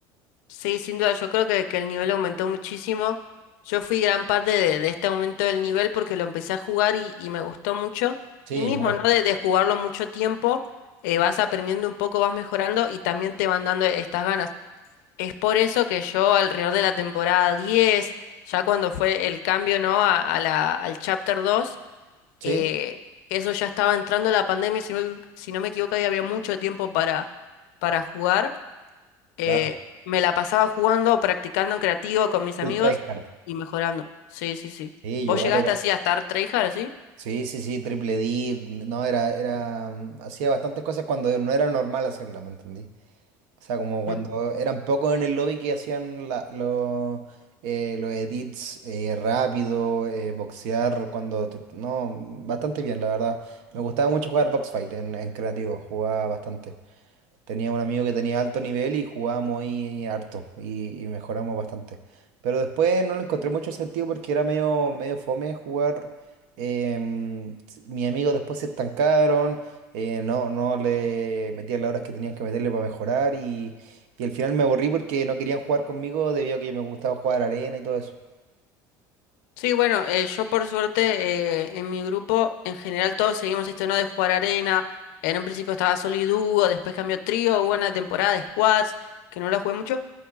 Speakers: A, on the left; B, on the right.
A: Sí, sin duda, yo creo que, que el nivel aumentó muchísimo. Yo fui gran parte de, de este aumento del nivel porque lo empecé a jugar y, y me gustó mucho.
B: sí,
A: Y mismo,
B: igual.
A: ¿no? De, de jugarlo mucho tiempo, eh, vas aprendiendo un poco, vas mejorando y también te van dando estas ganas. Es por eso que yo alrededor de la temporada 10, ya cuando fue el cambio, ¿no? A, a la, al Chapter 2,
B: Sí,
A: eh, eso ya estaba entrando la pandemia, si no, si no me equivoco, y había mucho tiempo para, para jugar eh,
B: claro.
A: me la pasaba jugando, practicando en creativo con mis
B: Full
A: amigos
B: tryhard.
A: y mejorando. Sí, sí, sí.
B: Sí,
A: ¿Vos
B: igual
A: llegaste
B: era.
A: así a estar tryhard así?
B: Sí, sí, sí, Triple D, no, era, era, mm, hacía bastantes cosas cuando no era normal hacerla, ¿me entendí? O sea, como cuando
A: Mm.
B: eran pocos en el lobby que hacían la- los, eh, los edits eh, rápido, eh, boxear, cuando, te- no, bastante bien, la verdad. Me gustaba mucho jugar Box Fight en, en creativo, jugaba bastante. Tenía un amigo que tenía alto nivel y jugábamos ahí harto y, y mejoramos bastante. Pero después no le encontré mucho sentido porque era medio, medio fome jugar. em, s- mis amigos después se estancaron, eh, no, no le metían las horas que tenían que meterle para mejorar y, y al final me aburrí porque no querían jugar conmigo debido a que me gustaba jugar arena y todo eso.
A: Sí, bueno, eh, yo por suerte eh, en mi grupo en general todos seguimos esto, ¿no? De jugar arena. En un principio estaba solo y dúo, después cambió trío, hubo una temporada de squads que no la jugué mucho,